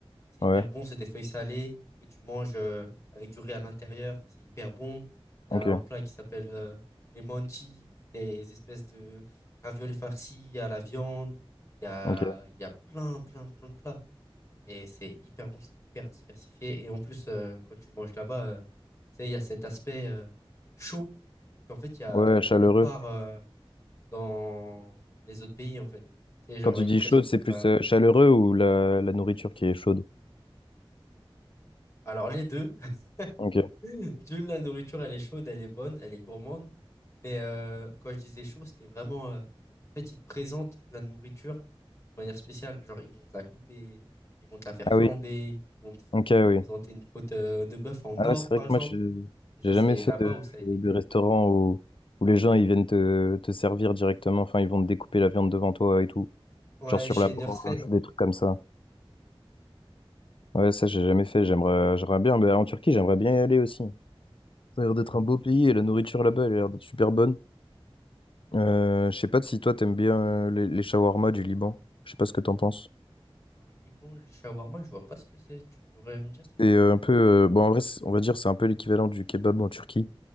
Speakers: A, on the left; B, on the left.
A: C'est
B: Ouais,
A: hyper bon, c'est des feuilles salées que tu manges euh, avec du riz à l'intérieur. C'est hyper bon. Il
B: ok,
A: y a un plat qui s'appelle euh, les mantis, c'est des espèces de raviolis farcis à la viande. Il y a,
B: ok.
A: il y a plein, plein, plein de plats. Et c'est hyper bon, c'est hyper diversifié. Et en plus, euh, quand tu manges là-bas, euh, tu sais, il y a cet aspect euh, chaud qu'en fait, il y a
B: Ouais, chaleureux.
A: nulle part euh, dans les autres pays, en fait. Tu sais, genre,
B: Quand tu
A: ils
B: dis
A: te présentent
B: chaude, c'est
A: le plat.
B: plus euh, chaleureux ou la, la nourriture qui est chaude?
A: Alors, les deux.
B: Ok.
A: D'une, la nourriture, elle est chaude, elle est bonne, elle est gourmande. Mais euh, quand je disais chaud, c'était vraiment... euh, En fait, ils te présentent la nourriture de manière spéciale. Genre, ils vont te la couper, ils vont te la faire
B: Ah
A: flamber,
B: oui,
A: ils vont te, ils
B: ok,
A: vont te
B: oui.
A: présenter une côte euh, de bœuf en
B: Ah
A: or,
B: ouais, c'est
A: par
B: vrai que
A: exemple.
B: moi, je
A: Et ça,
B: j'ai jamais
A: c'est
B: fait
A: là-bas
B: de,
A: où ça a été
B: de
A: créé,
B: restaurant
A: tu vois.
B: où, où les gens ils viennent te, te servir directement. Enfin, ils vont te découper la viande devant toi et tout.
A: Ouais,
B: Genre sur
A: chez
B: la broche,
A: Nusret.
B: des trucs comme ça. Ouais, ça, j'ai jamais fait. J'aimerais, j'aimerais bien. Mais en Turquie, j'aimerais bien y aller aussi. Ça a l'air d'être un beau pays et la nourriture là-bas, elle a l'air d'être super bonne. Euh, je sais pas si toi, t'aimes bien euh, les, les shawarma du Liban. Je sais pas ce que t'en penses.
A: Alors, Liban, le shawarma, je vois pas ce que c'est. Tu pourrais me dire c'est quoi?
B: C'est euh, un peu, euh, bon, en vrai, c'est- on va dire, c'est un peu l'équivalent du kebab en Turquie.